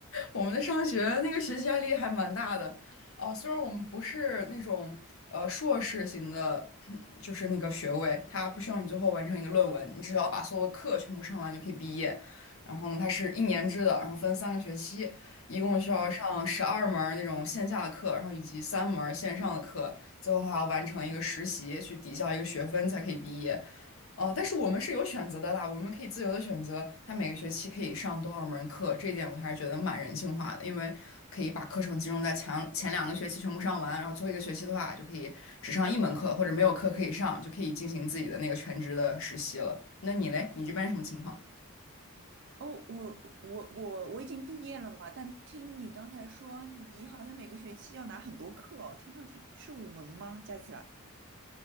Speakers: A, on the left; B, on the right.
A: 我们的上学那个学习压力还蛮大的，啊，虽然我们不是那种呃硕士型的，<clears throat> 就是那个学位，它不需要你最后完成一个论文，你只要把所有的课全部上完就可以毕业。然后呢，它是一年制的，然后分三个学期，一共需要上十二门儿那种线下的课，
B: 嗯。
A: 然后以及三门儿线上的课，最后还要完成一个实习去抵消一个学分才可以毕业。哦，但是我们是有选择的啦，我们可以自由的选择，他每个学期可以上多少门课，这一点我还是觉得蛮人性化的，因为可以把课程集中在前前两个学期全部上完，然后最后一个学期的话就可以只上一门课，或者没有课可以上，就可以进行自己的那个全职的实习了。那你嘞，你这边什么情况？
B: 哦，我我我我已经毕业了嘛，但听你刚才说，你好像每个学期要拿很多课哦，听上去是五门吗？加起来，